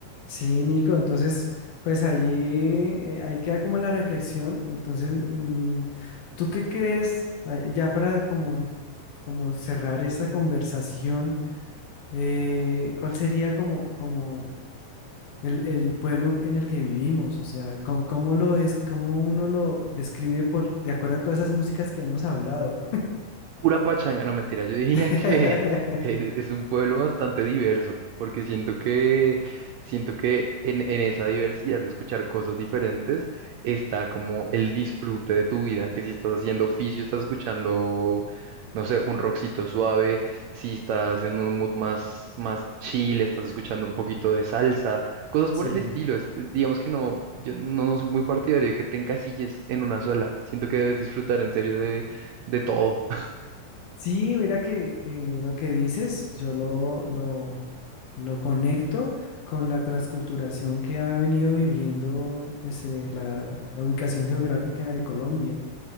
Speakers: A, on the left; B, on the right.
A: Sí, Nico, entonces, pues ahí, eh, ahí queda como la reflexión. Entonces, mm, ¿tú qué crees? Ah, Ya para como, como cerrar esta conversación, eh, ¿cuál sería como, como el, el pueblo en el que vivimos? O sea, ¿cómo, cómo lo es, cómo uno lo describe por, de acuerdo a todas esas músicas que hemos hablado?
B: Pura pachanga, no mentira, yo diría
A: <laughs>
B: que <laughs> es, es un pueblo bastante diverso, porque siento que, siento que en, en esa diversidad de escuchar cosas diferentes está como el disfrute de tu vida, que si estás haciendo oficio, estás escuchando, no sé, un rockcito suave, si estás en un mood más, más chill, estás escuchando un poquito de salsa, cosas por
A: Sí.
B: el estilo. es- digamos que no, yo no, no soy muy partidario de que te encasilles en una sola, siento que debes disfrutar en serio de de todo.
A: Sí, mira que, que lo que dices, yo lo, lo, lo conecto con la transculturación que ha venido viviendo pues, eh, la ubicación geográfica de Colombia